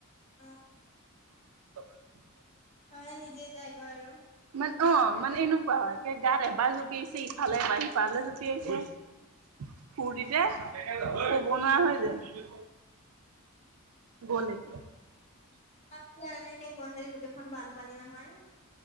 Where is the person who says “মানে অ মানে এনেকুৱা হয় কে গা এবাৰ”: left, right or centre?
Right